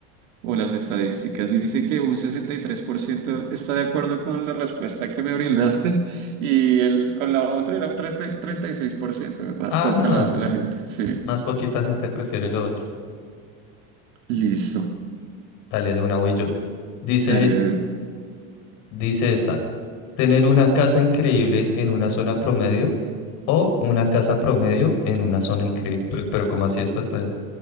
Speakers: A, on the right (about 75°); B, on the left (about 45°).
A: o las estadísticas. Dice que un 63% está de acuerdo con la respuesta que me brindaste y el, con la otra era un treinta treinta y seis por ciento más
B: Ah,
A: poca
B: no,
A: la, la
B: m-
A: gente. Sí,
B: más poquita gente prefiere lo otro.
A: listo.
B: Dale, de una voy yo. Dice,
A: Dale.
B: dice esta, tener una casa increíble en una zona promedio o una casa promedio en una zona increíble. Pe- Pero, ¿cómo así esta está?